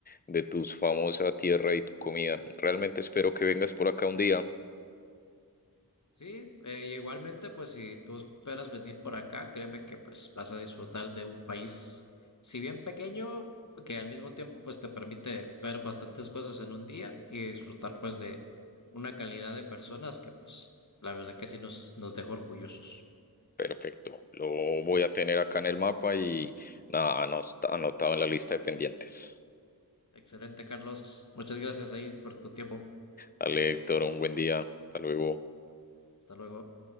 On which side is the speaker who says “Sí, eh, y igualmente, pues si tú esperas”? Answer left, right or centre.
Left